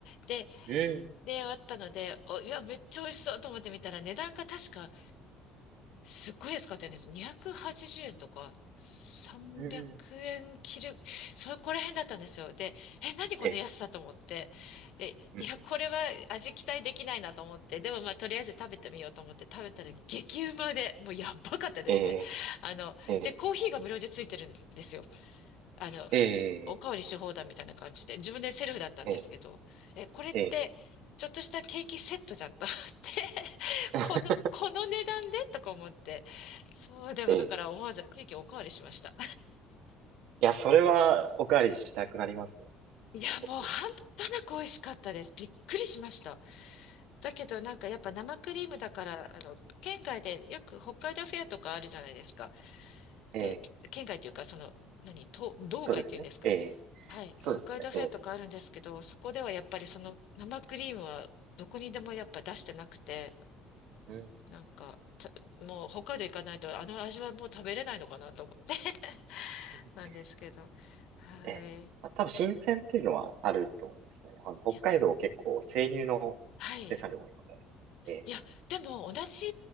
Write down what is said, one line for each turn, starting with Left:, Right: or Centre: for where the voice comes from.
Left: で、
Right: うん。
Left: で、あったので、お、いや、めっちゃ美味しそうと思ってみたら、値段が確かすっごい安かったんです。280円とか300円切る、
Right: うん。
Left: そこら辺だったんですよ。で、え、何この安さと思って。
Right: え、
Left: で、
Right: うん
Left: いや、これは味期待できないなと思って、でもまあ、とりあえず食べてみようと思って食べたら激うまで、もうやばかったですね。
Right: え
Left: あの、
Right: ー、え
Left: で、コーヒーが無料でついてるんですよ。あの、
Right: ー、え
Left: おかわりし放題みたいな感じで、自分でセルフだったんですけど、
Right: ー、え
Left: え、これって、
Right: ー、え
Left: ちょっとしたケーキセットじゃんと思って、<laughs>
Right: ー、
Left: この、
Right: <laughs>
Left: この値段でとか思って、そう、でもだから思わずケーキおかわりしました。
Right: えー、いや、それはおかわりしたくなりますよ、
Left: いや、
Right: 僕。
Left: もう半端なく美味しかったです。びっくりしました。だけどなんかやっぱ生クリームだから、あの、県外でよく北海道フェアとかあるじゃないですか。
Right: ええ、
Left: で、県外というか、その、何、と道外っていうんですか。
Right: そうですね。ええ、
Left: はい、
Right: そうですね。
Left: 北海道フェアとかあるんですけど、
Right: ええ、
Left: そこではやっぱりその生クリームはどこにでもやっぱ出してなくて、
Right: うん。
Left: なんか、たもう北海道行かないとあの味はもう食べれないのかなと思って <laughs>
Right: <laughs>
Left: なんですけど。はい。
Right: ええ、
Left: い
Right: まあ、多分新鮮っていうのはあると思いますね。あの、北海道結構生乳の生産量多いので。
Left: や、はい。
Right: ええ、
Left: いや、でも同じ、